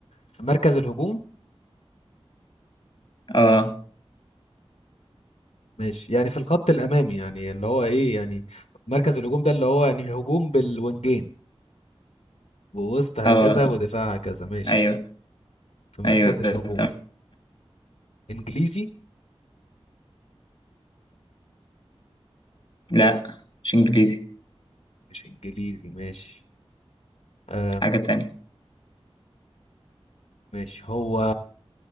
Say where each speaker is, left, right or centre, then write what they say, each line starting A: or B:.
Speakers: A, on the left (about 80°); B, on the left (about 50°).
A: في مركز الهجوم
B: اه
A: ماشي يعني في الخط الامامي يعني اللي هو ايه يعني مركز الهجوم ده اللي هو يعني هجوم بالوينجين ووسط هكذا
B: اه
A: ودفاع هكذا ماشي
B: ايوه
A: في مركز
B: ايوه
A: الهجوم
B: تمام
A: انجليزي
B: لا مش انجليزي
A: مش انجليزي ماشي آم
B: حاجه تانية
A: ماشي هو